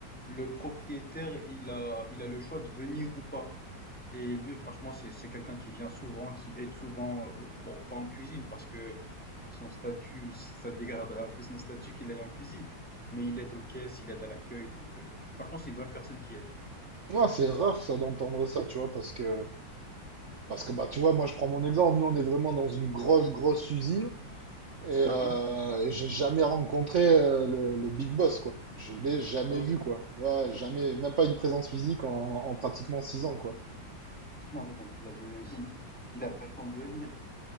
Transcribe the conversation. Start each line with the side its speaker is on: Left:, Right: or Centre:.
Centre: le propriétaire, il a, il a le choix de venir ou pas. Et lui, franchement, c'est, c'est quelqu'un qui vient souvent, qui aide souvent, euh, au- bon, pas en cuisine parce que son statut, <laughs> ça dégraderait un peu son statut qu'il aille en cuisine. Mais il aide aux caisses, il aide à l'accueil, donc euh, franchement, c'est une bonne personne qui aide.
Right: Ouais, c'est rare, ça, d'entendre ça, tu vois, parce que Parce que bah tu vois, moi je prends mon exemple, nous on est vraiment dans une grosse
Centre: Mm.
Right: grosse usine et,
Centre: Mhm.
Right: euh, et j'ai jamais rencontré euh, le, le big boss quoi. Je l'ai jamais
Centre: Ah ouais.
Right: vu quoi. Ouais, jamais, même pas une présence physique en, en pratiquement six ans quoi.
Centre: Ah ouais, Donc il avait, il, il a pas le temps de venir.